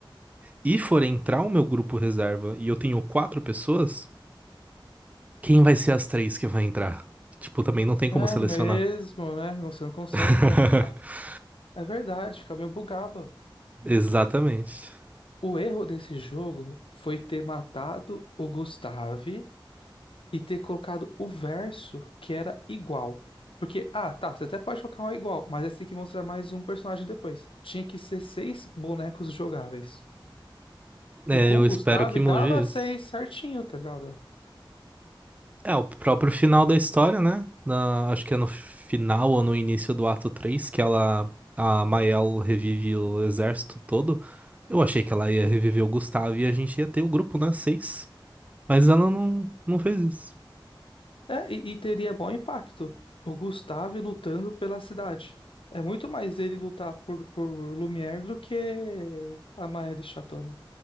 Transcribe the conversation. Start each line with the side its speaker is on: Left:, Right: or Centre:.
Right: e for entrar o meu grupo reserva e eu tenho quatro pessoas, quem vai ser as três que vai entrar? Tipo, também não tem como
Left: É
Right: selecionar.
Left: mesmo, né? Não, Você não consegue
Right: <laughs>
Left: montar. É verdade, fica meio bugado.
Right: Exatamente.
Left: O erro desse jogo foi ter matado o Gustave e ter colocado o verso que era igual. Porque, ah, tá, você até pode colocar um igual, mas aí você tem que mostrar mais um personagem depois. Tinha que ser seis bonecos jogáveis.
Right: É,
Left: E com
Right: eu
Left: o
Right: espero
Left: Gustave
Right: que mude
Left: dava
Right: isso.
Left: seis certinho, tá ligado?
Right: É, o próprio final da história, né? Na- acho que é no final ou no início do ato 3 que ela, a Mael revive o exército todo. Eu achei que ela ia reviver o Gustavo e a gente ia ter o grupo, né? Seis. Mas ela não, não fez isso.
Left: É, e, e teria bom impacto. O Gustave lutando pela cidade. É muito mais ele lutar por, por Lumière do que a Maëlle Chatona.